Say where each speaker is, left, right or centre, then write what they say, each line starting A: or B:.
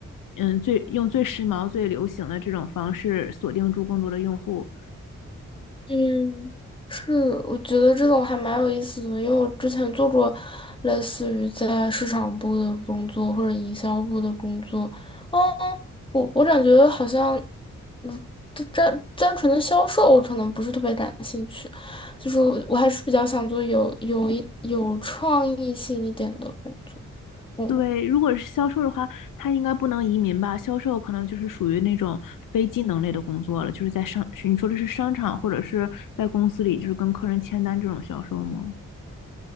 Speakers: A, on the left; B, on the left.
A: 嗯最用最时髦、最流行的这种方式锁定住更多的用户。
B: 嗯是，我觉得这种还蛮有意思的，因为我之前做过类似于在市场部的工作或者营销部的工作，哦，我我感觉好像，嗯，就单单纯的销售我可能不是特别感兴趣，就是我我还是比较想做有有一有创意性一点的工作。嗯。
A: 对，如果是销售的话，他应该不能移民吧？销售可能就是属于那种非技能类的工作了，就是在商，是你说的是商场或者是在公司里，就是跟客人签单这种销售吗？